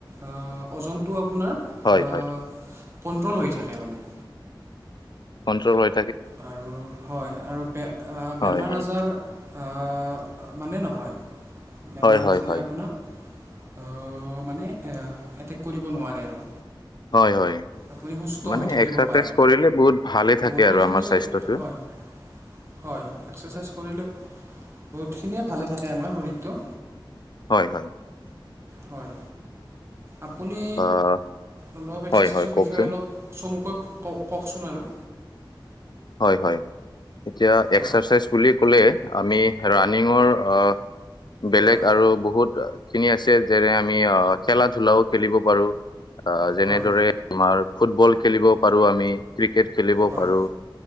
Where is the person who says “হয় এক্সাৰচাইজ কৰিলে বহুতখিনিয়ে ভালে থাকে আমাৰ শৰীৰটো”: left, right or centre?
Right